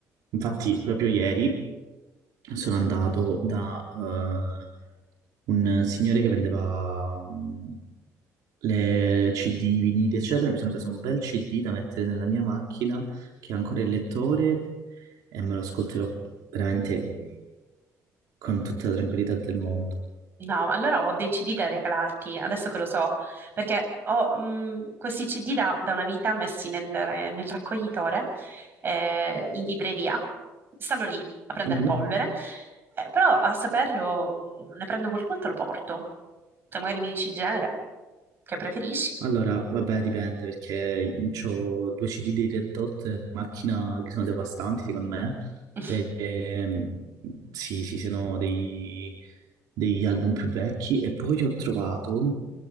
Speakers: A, on the right (about 75°); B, on the right (about 35°).
A: Infatti, proprio ieri sono andato da eh, un signore che vendeva mm, le CD, vinili, eccetera. Mi sono preso un bel CD da mettere nella mia macchina che ha ancora il lettore e me lo ascolterò veramente con tutta la tranquillità del mondo.
B: No, allora ho dei CD da regalarti, adesso che lo so, perché ho mh, questi CD da, da una vita messi nel, re- nel raccoglitore, eh, in libreria. Stanno lì a prendere
A: Mhm.
B: polvere, eh, però a saperlo ne prendo qualcuno e te lo porto. Se magari mi dici il genere che preferisci.
A: Allora, vabbè, dipende perché ho due CD dei Red Hot in macchina che sono devastanti, secondo me.
B: <laughs>
A: E, ehm, sì, sì, sono dei- degli album più vecchi. E poi ho trovato